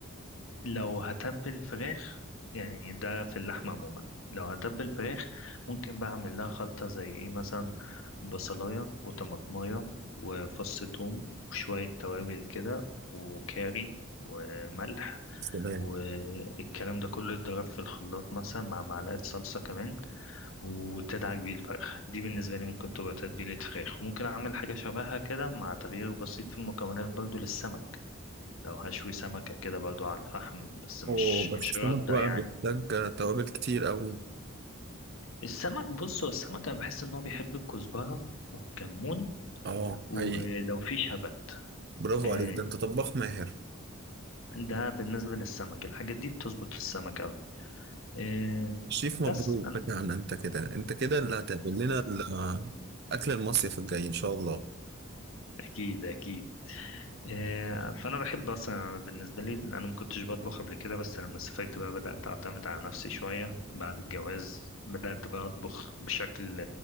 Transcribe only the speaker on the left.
لو هتبل فراخ يعني ده في اللحمة عموما لو هتبل فراخ ممكن بعمل لها خلطة زي إيه مثلا بصلاية وطماطماية وفص ثوم وشوية توابل كده وكاري وملح
والكلام ده كله يتضرب في الخلاط مثلا مع معلقة صلصة كمان وتدعك بيه الفرخ دي بالنسبة لي ممكن تبقى تتبيلة فراخ وممكن أعمل حاجة شبهها كده مع تغيير بسيط في المكونات برضو للسمك لو هشوي سمكة كده برضو على الفحم بس مش
مش
ردة
يعني
السمك بص هو السمك أنا بحس إن هو بيحب الكزبرة والكمون
ولو
في شبت
إيه،
ده بالنسبة للسمك الحاجات دي بتظبط في السمك أوي إيه،
بس
أنا
أكيد أكيد إيه، فانا بحب اصلا بالنسبه لي لأن انا ما كنتش بطبخ قبل كده بس لما سافرت بقى بدات اعتمد على نفسي شويه بعد الجواز بدات بقى اطبخ بشكل